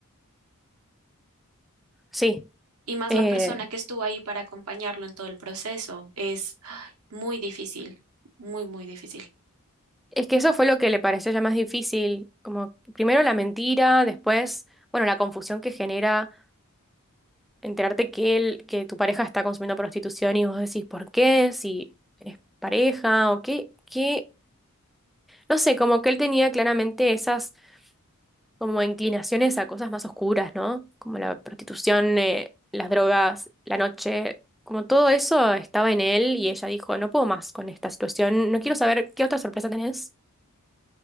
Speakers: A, in the centre; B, on the right (about 80°).
A: Sí.
B: Y más
A: Eh,
B: la persona que estuvo ahí para acompañarlo en todo el proceso es ay, muy difícil, muy, muy difícil.
A: Es que eso fue lo que le pareció ya más difícil, como primero la mentira, después, bueno, la confusión que genera enterarte que él, que tu pareja está consumiendo prostitución y vos decís, ¿por qué? Si es pareja o qué, qué, no sé, como que él tenía claramente esas como inclinaciones a cosas más oscuras, ¿no? Como la prostitución, eh, las drogas, la noche, como todo eso estaba en él y ella dijo, no puedo más con esta situación, no quiero saber qué otra sorpresa tenés.